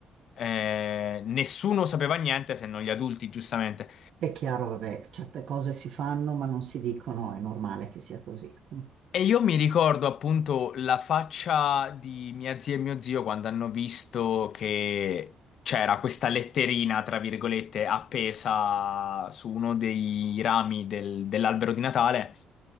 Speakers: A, on the left (about 65°); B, on the right (about 70°).
A: eh, nessuno sapeva niente se non gli adulti, giustamente.
B: È chiaro, vabbè, certe cose si fanno ma non si dicono, è normale che sia così. Mm.
A: E io mi ricordo appunto la faccia di mia zia e mio zio quando hanno visto che c'era questa letterina, tra virgolette, appesa su uno dei rami del- dell'albero di Natale